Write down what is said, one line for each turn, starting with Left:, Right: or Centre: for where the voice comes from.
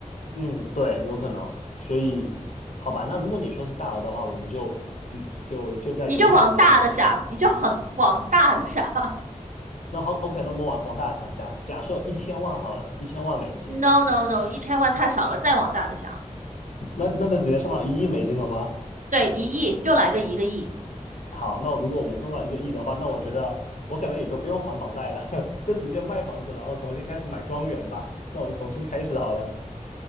Left: 嗯，对，有可能。所以，好吧，那如果你说是大额的话，我们就嗯就就再勇敢一点。
Right: 你就往大的想，你就往往大的想。<laughs>
Left: 那好，OK，那我们往往大了想，假假设一千万好了，一千万美金，
Right: No no no，一千万太少了，再往大的想。
Left: 那那就直接上到一亿美金了吗？
Right: 对，一亿就来个一个亿。
Left: 好，那如果我们中到一个亿的话，那我觉得我可能也就不用还房贷了，<laughs> 就直接卖房子，然后重新开始买庄园吧。那我们重新开始好了。